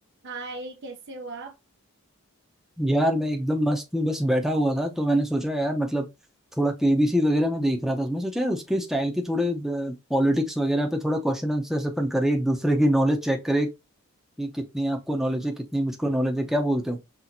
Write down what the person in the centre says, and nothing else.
यार मैं एकदम मस्त हूँ बस बैठा हुआ था तो मैंने सोचा यार मतलब थोड़ा केबीसी वगैरह में देख रहा था तो मैं सोचा यार उसके स्टाइल की थोड़े पॉलिटिक्स वगैरह पे थोड़ा क्वेश्चन आंसर अपन करें एक दूसरे की नॉलेज चेक करें कि कितनी आपको नॉलेज है कितनी मुझको नॉलेज है क्या बोलते हो